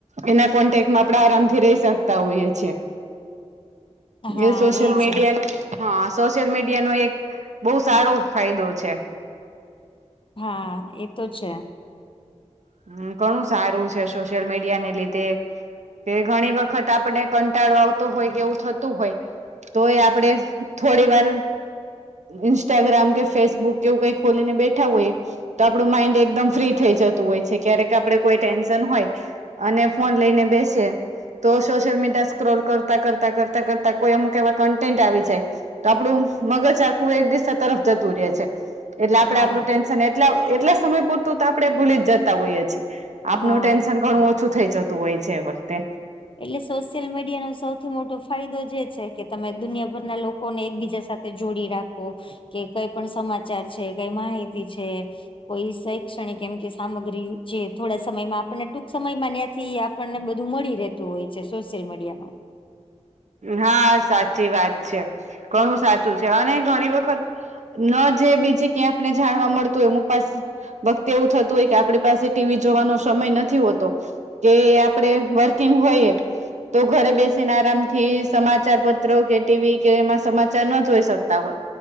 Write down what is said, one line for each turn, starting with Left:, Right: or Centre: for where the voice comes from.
Right: એના કોન્ટેકમાં આપણે આરામથી રહી શકતા હોઈએ છીએ.
Left: હા
Right: એ સોશિયલ મીડિયા
Left: છે
Right: હા સોશિયલ મીડિયા નો એક બહુ સારો ફાયદો છે.
Left: હા એતો છે.
Right: હમ્મ ઘણું સારું છે સોશિયલ મીડિયા ને રિલેટેડ કે ઘણી વખત આપને કંટાળો આવતો હોય, કે એવું થતું હોય. તો એ આપડે થોડી વાર. ઇસ્ટાગ્રામ કે ફેસબુક કેવું કઈ ખોલીને બેઠા હોય. તો આપણું માઇન્ડ એકદમ ફ્રી થઈ જતું હોય છે. ક્યારેક આપડે કોઈ ટેન્શન હોય. અને ફોન લઈને બેસે. તો સોશિયલ મીડિયા સ્ક્રોલ કરતા કરતા કરતાં કરતા કોઈ અમુક એવા કન્ટેન્ટ આવી જાય. તો આપડું મગજ આખું એક દિશ તરફ જતું રહેે છે. એટલે આપડે
Left: હા
Right: આપણું ટેન્શન એટલા એટલા સમય પૂરતું તો આપણેે ભૂલી જ જતા હોઈએ છીએ. આપનું
Left: હા
Right: ટેન્શન ઘણું ઓછું થઇ જતું હોય છે એ વખતે.
Left: એટલે સોશિયલ મીડિયાનો સૌથી મોટો ફાયદો જે છે કે તમે દુનિયાભરના લોકો. કોને એકબીજા સાથે જોડી રાખો કે કઈ પણ સમાચાર છે કઈ માહિતી છે. કોઈ શૈક્ષણિક એમ કે સામગ્રી જે થોડા સમયમાં આપણને ટૂંક સમયમાં ત્યાંથી આપણને બધું મળી રહેતું હોય છે સોશિયલ મીડિયા માં
Right: હા સાચી વાત છે ઘણું સાચું છે અને ઘણી વખત ન જે બીજી ક્યાં આપને જાણવા મળતું હો એમુ પાસે વક્તે એવું થતું હોય કે આપણી પાસે ટીવી જોવાનો સમય નથી હોતો. કે આપડે વર્કિંગ હોઈયએ તો ઘરે બેસીને આરામ. થી સમાચાર પત્રો કે ટીવી કે એમાં સમાચાર ના જોઈ શકતા હોય.